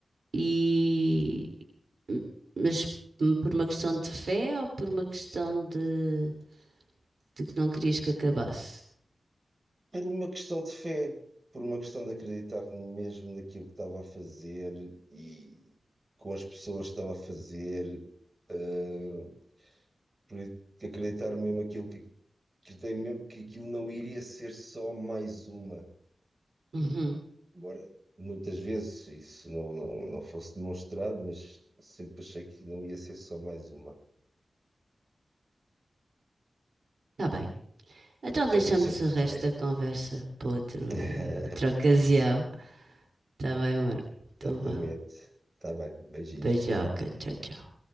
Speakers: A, on the right; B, on the right.
A: e... Mas por uma questão de fé ou por uma questão de, de que não querias que acabasse?
B: Por uma questão de fé, por uma questão de acreditar mesmo naquilo que estava a fazer e com as pessoas que estava a fazer, eh, por acreditar mesmo aquilo que acreditei mesmo que aquilo não iria ser só mais uma.
A: Uhum.
B: Agora, muitas vezes isso não, não, não fosse demonstrado, mas sempre achei que não ia ser só mais uma.
A: Tá bem. Então deixamos
B: É o que eu sempre
A: o resto
B: achei.
A: da conversa para outro,
B: <laughs>
A: outra ocasião. Tá bem, amor. Então
B: Certamente.
A: vá.
B: Está bem, beijinhos.
A: Beijoca. Tchau, tchau.